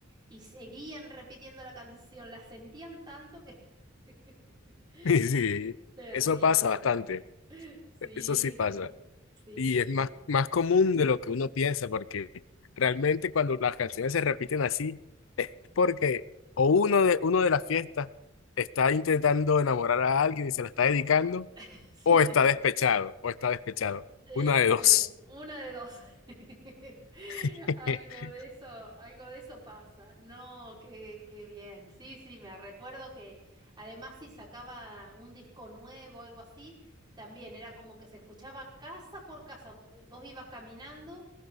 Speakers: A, on the right; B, on the left.
A: y seguían repitiendo la canción, la sentían tanto que... <laughs>
B: <laughs> Y sí,
A: Terrible
B: eso pasa bastante,
A: eso. Sí,
B: eso sí pasa.
A: sí, sí,
B: Y
A: sí,
B: es más, más común de lo que uno piensa, porque realmente cuando las canciones se repiten así, es porque o uno de, uno de las fiestas está intentando enamorar a alguien y se la está dedicando,
A: <laughs> sí.
B: O está despechado, o está despechado.
A: Y
B: Una de
A: también,
B: dos.
A: una de dos. <laughs>
B: <laughs>
A: Algo de eso, algo de eso pasa. No, qué, qué bien. Sí, sí, me recuerdo que además si sacaba un disco nuevo algo así, también era como que se escuchaba casa por casa. Eh, Vos ibas caminando